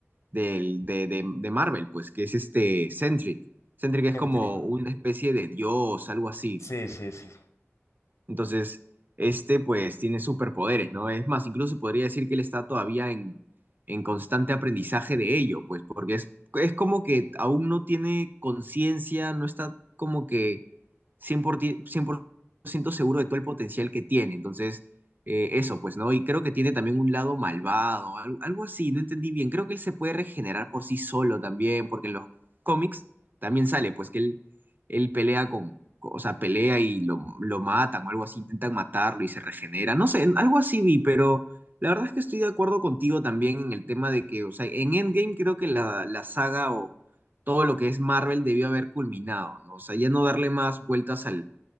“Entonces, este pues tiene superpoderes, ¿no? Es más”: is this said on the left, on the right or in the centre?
Right